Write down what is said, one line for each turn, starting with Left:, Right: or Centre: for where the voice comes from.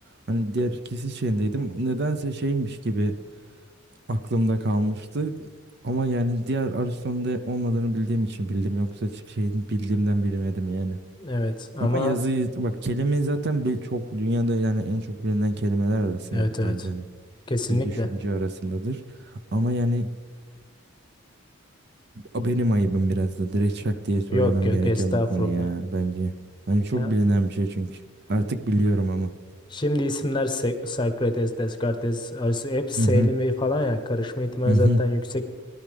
Right: Hani diğer ikisi şeyindeydim. Nedense şeymiş gibi aklımda kalmıştı. Ama yani diğer Aristo'nun da olmadığını bildiğim için bildim. Yoksa hiçbir şeyin bildiğimden bilmedim yani.
Left: Evet ama
Right: Ama yazıyı bak kelime zaten bir çok dünyada yani en çok bilinen kelimeler arasındadır
Left: evet evet.
Right: bence hani
Left: Kesinlikle.
Right: bir düşünce arasındadır. Ama yani a- benim ayıbım biraz da direkt şak diye söylemem
Left: Yok yok
Right: gereken
Left: estağfurullah.
Right: bir konu ya bence. Hani çok
Left: Ya
Right: bilinen bir şey çünkü. Artık biliyorum ama.
Left: Şimdi isimler Se- Sokrates, Descartes, Aristo hep Selimi
Right: Hı hı
Left: falan ya karışma ihtimali
Right: hı hı
Left: zaten yüksek